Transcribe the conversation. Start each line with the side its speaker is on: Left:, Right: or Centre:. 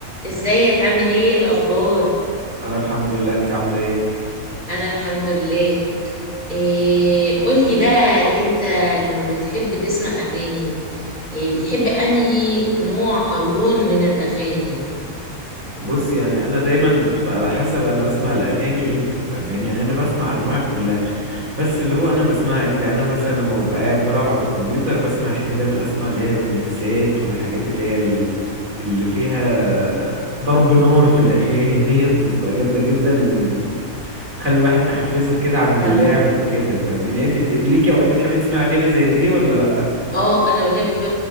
Left: ازيك عامل ايه الاخبار
Right: انا الحمد لله انت عامله ايه
Left: انا الحمد لله إيه قولي بقى انت لما بتحب تسمع اغاني إيه بتحب انهي نوع او لون من الاغاني
Right: بص يعني انا دايما بتبقى على حسب انا بسمع الاغاني امتى فاهماني يعني انا بسمع انواع كلها بس اللي هو انا بسمعها امتى يعني انا مثلا لما ببقى قاعد بلعب على الكمبيوتر بسمع احب دايما اسمع اللي هي الريميكسات والحاجات اللي هي ال- اللي فيها ضرب نار في الاغاني <laughs> ديت بتبقى جامده جدا ان بتخلي الواحد تحفزه كده عن اللعب
Left: فاهم
Right: وكده فاهماني يعني انت بت- ليكي اوقات بتحبي تسمعي اغاني زي دي ولا لا
Left: اه انا بحب